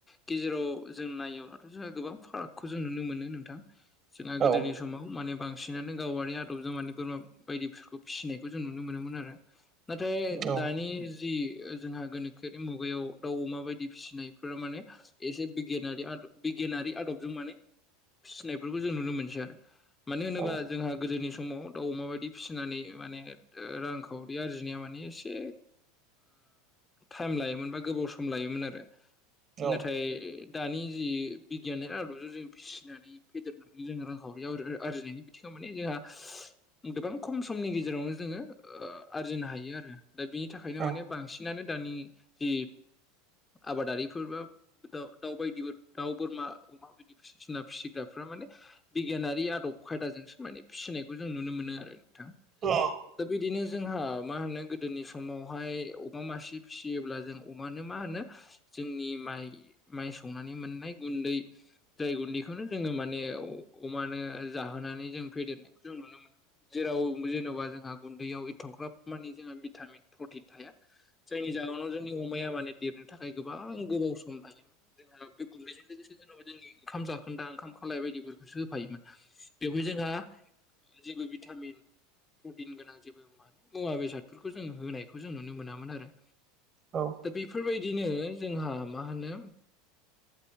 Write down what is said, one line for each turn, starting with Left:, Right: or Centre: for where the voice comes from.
Left: गेजेराव जों नायोब्लाथ' जोंहा गोबां फारागखौ जों नुनो मोनो नोंथां। जोंहा गोदोनि
Right: औ
Left: समाव माने बां सिनानो गावआारि आदब जों मानि बोरमा बायदिफोरखौ फिसिनायखौ जों नुनो मोनोमोन आरो। नाथाय
Right: औ
Left: दानि जि जोंहा गोनोखोआरि मुगायाव दाउ अमा बायदि फिसिनायफोरा माने एसे बिगियानारि आदब जों बिगियानारि आदबजों माने फिसिनायफोरखौ जों नुनो मोनसै आरो मानो होनोब
Right: औ
Left: बा जोंहा गोदोनि समाव दाउ अमााबायदि फिसिनानै माने ओ रांखावरि आरजिनाया माने एसे टाइम लायोमोन बा गोबाव सम लायोमोन आरो
Right: औ
Left: नाथाय दानि जि बिगियाननि आदबजों जों फिसिनानै फेदेरनानै जों रांखावरि आरजिनायनि <unintelligible> माने जोंहा गोबां खम समनि गेजेरावनो जोंङो आरजिनो हायो आरो दा बिनि थाखायनो
Right: औ
Left: माने बांसिनानो दानि जि आबादारिफोर बो दाउ दाउ बायदिबो दाउ मोरमि अमा बायदि जुनार फिसिग्राफोरा माने बिगियानारि आदब खायदा <unintelligible> जों समोमायनाय फिसिनायखौ जों नुनो मोनो आरो नोंथां।
Right: अ
Left: दा बिदिनो जोंहा मा होनो गोदोनि समावहाय अमा मासे फिसियोब्ला जों अमानो मा होनो जोंनि माइ माइ सौनानै मोननाय गुन्दै जाय गुन्दैखौनो जोंङो माने अमानो जाहोनानै जों फेदेरनायखौ जों नुनो मोनो। जेराव <unintelligible> जोंहा गुन्दैयाव एथ'ग्राब माने जोंहा भिटामिन प्रटिन थाया। जायनि जाहोनाव जोंनि अमाया माने देरनो थाखाय गोबां गोबाव सम लायोमोन। जोंहा बे गुन्दैजों लोगोसे जेन'बा जोंनि ओंखाम जाखोन्दा ओंखाम खालाय बायदिफोरखौसो होफायोमोन। बेवहाय जोंहा जेबो भिटामिन प्रटिन गोनां जेबो माने मुवा बेसादफोरखौ जों होनायखौ जों नुनो मोनामोन आरो
Right: औ
Left: दा बेफोरबायदिनो जोंहा मा होनो